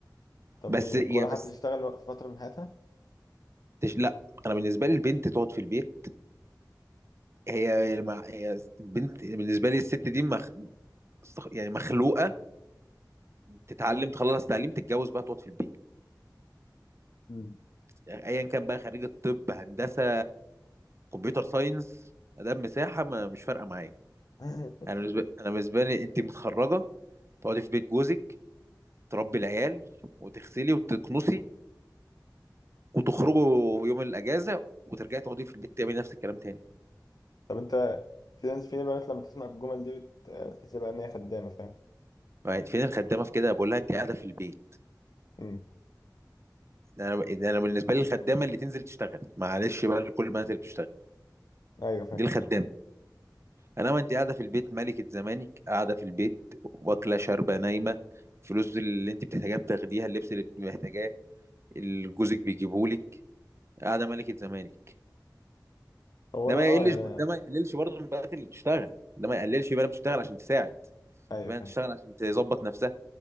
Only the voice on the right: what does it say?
بس
يا
بس
تش... لا انا بالنسبه لي البنت تقعد في البيت هي مع... هي البنت بالنسبه لي الست دي مخ... يعني مخلوقه تتعلم تخلص تعليم تتجوز بقى تقعد في البيت
ايا كان بقى خريج الطب هندسه كمبيوتر ساينس ادام مساحه ما مش فارقه معايا
انا بالنسبه انا بالنسبه لي انت متخرجه تقعدي في بيت جوزك تربي العيال وتغسلي وتكنسي وتخرجوا يوم الاجازه وترجعي تقعدي في البيت تعملي نفس الكلام تاني
يعني فين الخدامه في كده بقول لها انت قاعده في البيت
ده انا ده انا بالنسبه لي الخدامه اللي تنزل تشتغل معلش بقى لكل البنات اللي بتشتغل
دي الخدامه انا وانت قاعده في البيت ملكه زمانك قاعده في البيت واكله شاربه نايمه فلوس اللي انت بتحتاجيها بتاخديها اللبس اللي محتاجاه اللي جوزك بيجيبهولك قاعده ملكه زمانك
ده
ما
يقلش
ده ما يقللش برضه من البنات اللي بتشتغل ده ما يقللش في بنات بتشتغل عشان تساعد
في بنات
بتشتغل عشان تظبط نفسها